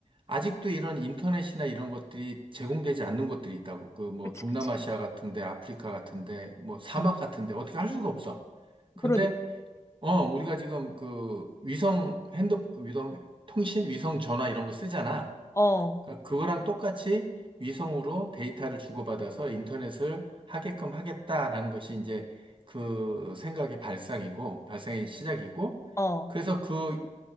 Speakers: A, on the right; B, on the left.
A: 아직도 이런 인터넷이나 이런 것들이 제공되지 않는 것들이 있다고. 그 뭐
B: 그치,
A: 동남아시아
B: 그치.
A: 같은데, 아프리카 같은데, 뭐 사막
B: 음.
A: 같은데 어떻게 할 수가 없어. 근데
B: 그러니까.
A: 어, 우리가 지금 그 위성 핸드, 위성 통신, 위성 전화 이런 거 쓰잖아.
B: 어,
A: 그러니까 그거랑 똑같이 위성으로 데이터를 주고받아서 인터넷을 하게끔 하겠다라는 것이 이제 그 생각의 발상이고, 발상의 시작이고,
B: 어,
A: 그래서 그